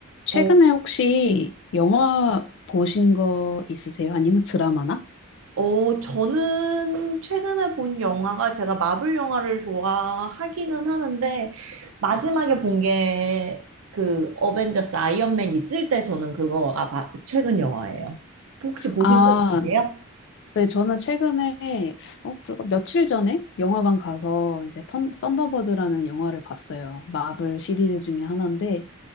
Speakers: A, on the left (about 55°); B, on the right (about 65°).
A: 최근에
B: 어,
A: 혹시 영화 보신 거 있으세요? 아니면 드라마나?
B: 어, 저는 최근에 본 영화가 제가 마블 영화를 좋아하기는 하는데 마지막에 본 게 그 어벤져스 아이언맨 있을 때 저는 그거가 봐- 최근 영화예요. 혹시 보신
A: 아,
B: 거 있으세요?
A: 네, 저는 최근에, 어, 불과 며칠 전에 영화관 가서 이제 턴, 썬더버드라는 영화를 봤어요. 마블 시리즈 중에 하나인데,